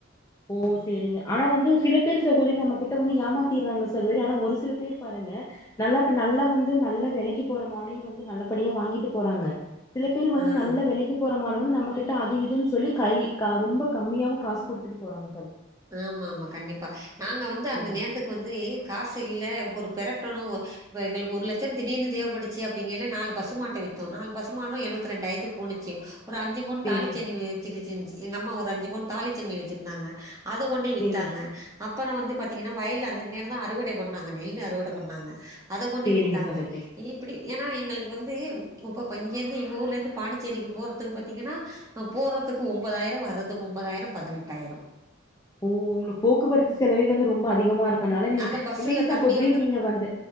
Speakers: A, on the left; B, on the right.
A: ஓ சேரிங்க ஆனா வந்து சில பேர் சகோதரி நம்மகிட்ட வந்து ஏமாத்தடுறாங்க சகோதரி ஆனா ஒரு சில பேர் பாருங்க நல்லா நல்லா வந்து நல்ல விலைக்கு போறமாட வந்து நல்லபடியா வாங்கிட்டு போறாங்க சில பேர் வந்து
B: ம்
A: நல்ல விலைக்கு போற மாட வந்து நம்ம கிட்ட அதுஇதுன்னு சொல்லி கை ரொம்ப கம்மியாகவும் காசு கொடுத்து வித்துட்டு போறாங்க
B: ஆமா ஆமா கண்டிப்பா நாங்க வந்து அந்த
A: ம்
B: நேரத்துக்கு வந்து காசில ஒரு பெரட்டணு இப்ப எங்களுக்கு ஒரு லட்சம் திடீர்னு தேவபட்டுச்சி அப்படிங்கறப்ப நாலு பசுமாட்ட வித்தோம் நாலு பசுமாடும் எழுத்தி ரெண்டு ஆய்ரத்துக்கு போணிச்சி ஒரு அஞ்சு பவுன்
A: சேரிங்க
B: தாலி செயிண் வச்சு இருந்துசி எங்க அம்மா ஒரு அஞ்சு பவுன் தாலிச்சங்கிலி வச்சிருந்தாங்க அத கொண்டி வித்தாங்க
A: சேரிங்க
B: அப்புறம் வந்து பார்த்தீங்னா வயல அந்த நேரம்தா அறுவடை பண்ணாங்க நெல்லு அறுவடை பண்ணாங்க அத கொண்டே
A: சேரிங்க
B: வித்தாங்க
A: சகோதரி
B: இப்டி ஏன்னா எங்களுக்கு வந்து இப்ப இங்கேந்து எங்க ஊர்ல இருந்து பாண்டிச்சேரிக்கு போறதுக்கு பார்த்தீங்னா போறதுக்கு ஒன்பதாயிரம் வர்றதுக்கு ஒன்பதாயிரம் பதினெட்டாயிரம்
A: ஓ உங்ளுக்கு போக்குவரத்து செலவை வந்து ரொம்ப அதிகமா இருக்கு இருக்குனால நீங்க
B: அத பஸ்ஸுல
A: இல்லிங் சகோதிரி
B: தம்பிய
A: நீங்க வந்து